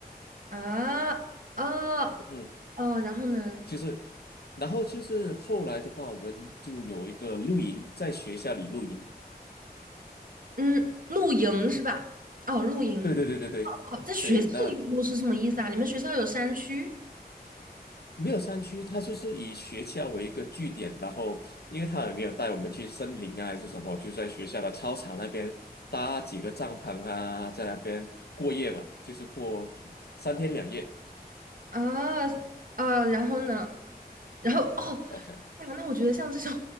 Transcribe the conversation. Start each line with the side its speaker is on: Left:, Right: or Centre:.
Right: 啊啊哦，
Left: 嗯哼，
Right: 然后呢？
Left: 就是，然后就是后来的话，我们就有一个露营，在学校里露营。
Right: 嗯，露营是吧？哦，露营
Left: 对对对对对对，
Right: 哦，在学校里露是什么意思啊？
Left: 那
Right: 你们学校有山区
Left: 没有山区，它就是以学校为一个据点，然后因为他也没有带我们去森林啊还是什么，就在学校的操场那边搭几个帐篷啊，在那边过夜嘛，就是过三天两夜。
Right: 啊啊，然后呢？然后哦，
Left: OK，
Right: 呀，那我觉得像这种